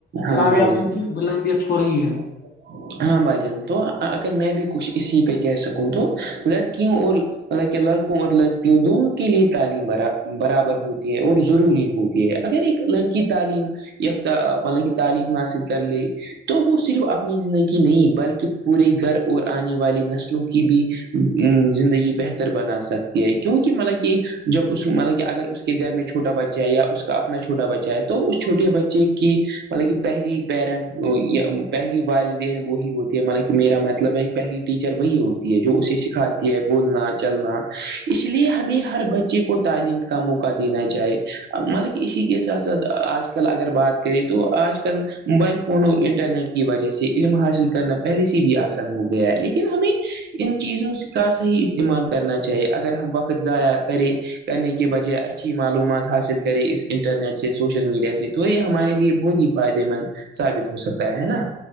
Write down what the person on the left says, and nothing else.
کامیابی
کی بلندیاں چھو رہی ہے